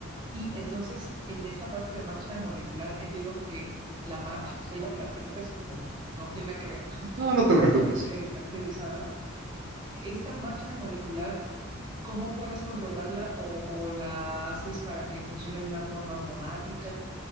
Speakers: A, on the right; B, on the right.
A: Y entonces, en esta parte de máquina molecular, entiendo que la ma- <laughs> o sea, igual y la pregunta es como, no tiene nada que ver <laughs>
B: No, no te
A: o no
B: preocupes.
A: está bien eh, aterrizada. Esta máquina molecular, ¿cómo puedes controlarla o, o la haces para que funcione de una forma automática?